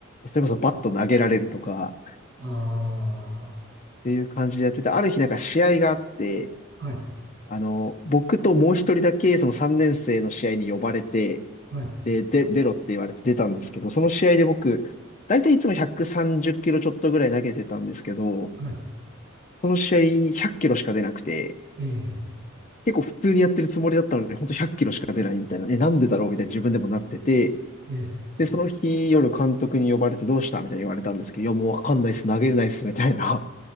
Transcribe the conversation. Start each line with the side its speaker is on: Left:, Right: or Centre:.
Left: それこそバット投げられるとか、
Right: あ
Left: っていう感じでやってて、ある日なんか試合があって、
Right: あ、はい、
Left: あの、僕ともう一人だけその3年生の試合に呼ばれて、
Right: はい、
Left: で、で、出ろって言われて出たんですけど、その試合で僕、だいたいいつも130キロちょっとぐらい投げてたんですけど、
Right: はい。
Left: その試合100キロしか出なくて、
Right: ええ
Left: 結構普通にやってるつもりだったのに、ほんと100キロしか出ないみたいな、え、なんでだろうみたいな自分でもなってて、
Right: ええ
Left: で、その日夜監督に呼ばれてどうしたみたいに言われたんですけど、いや、もうわかんないっす、投げれないっす、みたいな。